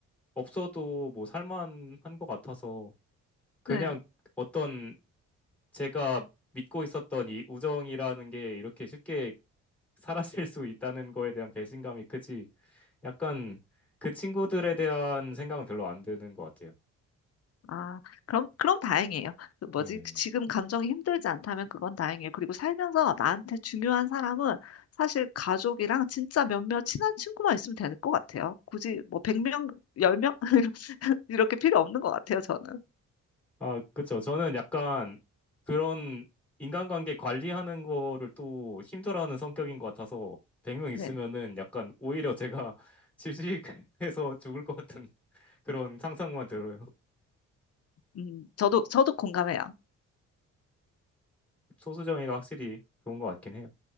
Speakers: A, in the centre; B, on the left (about 55°).
A: 없어도 뭐 살만한 것 같아서 그냥
B: 네.
A: 어떤 제가 믿고 있었던 이 우정이라는 게 이렇게 쉽게 사라질 수 있다는 거에 대한 배신감이 크지, 약간 그 친구들에 대한 생각은 별로 안 드는 것 같아요.
B: 아, 그럼, 그럼 다행이에요. 그 뭐지?
A: 네.
B: 그 지금 감정이 힘들지 않다면 그건 다행이에요. 그리고 살면서 나한테 중요한 사람은 사실 가족이랑 진짜 몇몇 친한 친구만 있으면 될 것 같아요. 굳이 뭐 100명, 10명? <laughs> 이렇게 필요 없는 것 같아요, 저는.
A: 아, 그쵸. 저는 약간 그런 인간관계 관리하는 거를 또 힘들어하는 성격인 것 같아서 100명 있으면은
B: 네.
A: 약간 오히려 제가 <laughs> 질식해서 죽을 것 같은 그런 상상만 들어요.
B: 음, 저도, 저도 공감해요.
A: 소수정예가 확실히 좋은 것 같긴 해요.